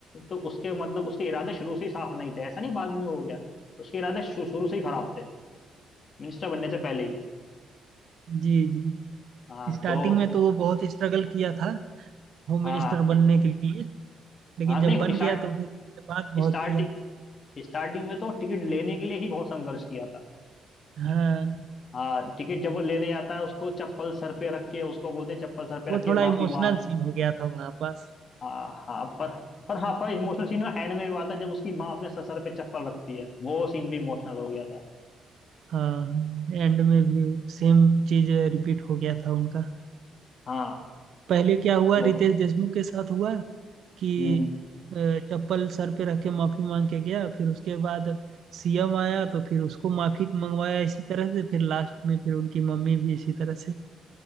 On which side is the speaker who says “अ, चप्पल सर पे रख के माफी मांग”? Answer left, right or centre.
Right